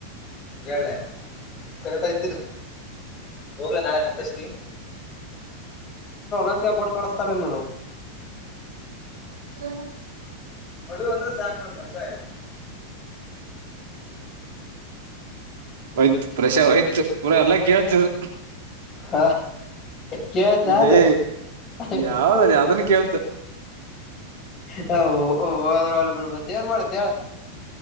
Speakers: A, on the left; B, on the right.
A: ಹೇಳೆ ಕರೆಕ್ಟ್ ಐತಿಲ್ಲ ಹೋಗ ನಾಳೆ ತಲ್ಲಪ್ಸಿತಿ ಒಂತ ಕೊಟ್ಟ ಕಳಸ್ತಾರ ನೀನು
B: ಹ್ಮ್
A: ಹಡು ಅಂದ್ರೆ ಸಾಕು ಮಾಡ್ಕೊ ಸಾಕರ್ರ್ರ್
B: ಹೊಯ್ತು ಎಲ್ಲಾ ಹೊಯ್ತು ಪ್ರಷಾಯ್ತು ಪೂರಾ ಎಲ್ಲಾ ಕೇಳ್ತಿದ್ರು
A: ಹ ಕೇಳ್ತಾರು
B: ಇದೇ
A: ಹುಂ
B: ಯಾವ್ದ್ರ ಅದನ್ನ ಕೇಳ್ತ
A: ಹು ಹ ಹೊದ್ರೆ ಹೊಗ್ಲಿ ಬಿಡ ಮತ್ತೆ ಏನ್ ಮಾಡ್ತೀಯ ಹೇಳ್